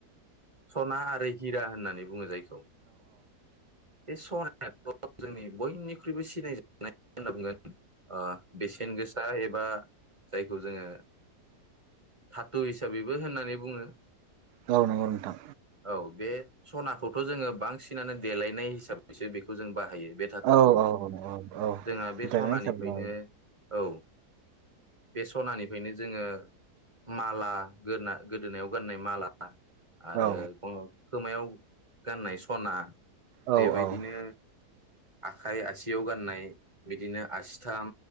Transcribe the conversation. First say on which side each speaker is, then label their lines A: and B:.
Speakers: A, on the right; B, on the right.
A: सना आरो हिरा होननानै बुङो जायखौ बे सनायाथ' जोंनि बयनिख्रुइबो सिनायजानायगोन ओ बेसेन गोसा एब बा जायखौ जोङो धाथु हिसाबैबो होननानै बुङो
B: गावनो गाव नोंथां
A: औ बे सनाखौथ' जोङो बांसिन बांसिनानो देलायनाय हिसाबैसो बेखौ जों बाहायो बे धाथुखौ
B: औ औ औ औ
A: जोंहा बे
B: देरनाय
A: सनानिफ्रायनो
B: हिसाबै
A: औ बे सनानिफ्रायनो जोङो माला गोदना गोदोनायाव गाननाय माला आरो
B: औ
A: ग खोमायाव गाननाय स सना
B: औ
A: बेबायदिनो
B: औ
A: आखाइ आसियाव गाननाय बिदिनो आसिथाम